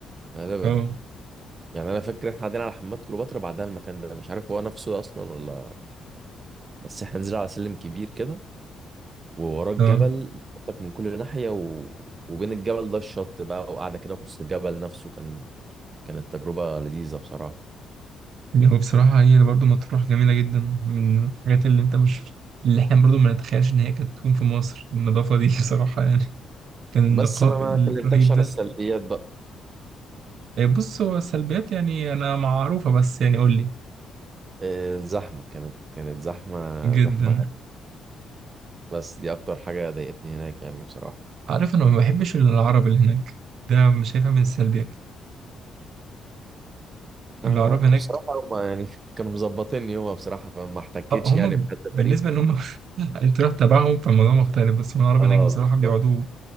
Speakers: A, on the right; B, on the right.
A: غالبا
B: اه
A: يعني انا فاكر احنا قاعدين على حمامات كليوباترا بعدها المكان ده مش عارف هو نفسه اصلا ولا بس احنا نزلنا على سلم كبير كده ووراه الجبل
B: اه
A: منطق من كل ناحيه و... وبين الجبل ده الشط بقى وقاعده كده في وسط الجبل نفسه كان كانت تجربه لذيذه بصراحه
B: يعني هو بصراحة هي برضه مطروح جميلة جدا من الحاجات اللي انت مش اللي احنا برضه ما نتخيلش ان هي كانت تكون في مصر النظافة دي <laughs> بصراحة يعني كان النقاء
A: بس انا
B: الرهيب
A: ما كلمتكش عن
B: ده
A: السلبيات بقى
B: إيه بص هو السلبيات يعني انا معروفة بس يعني قول لي
A: آه، الزحمه كانت كانت زحمه
B: جدا
A: زحمه بس دي اكتر حاجه ضايقتني هناك يعني بصراحه
B: عارف انا ما بحبش العرب اللي هناك ده مش شايفها من السلبيات
A: ما
B: العرب
A: انا
B: هناك
A: بصراحه هما يعني <laughs> كانوا مظبطيني هو بصراحه فما احتكتش
B: اه هم
A: يعني بحد
B: بالنسبة
A: غريب
B: ان هم <laughs> انت رحت تبعهم فالموضوع مختلف بس هم العرب
A: اه
B: هناك بصراحة
A: بالظبط
B: بيقعدوا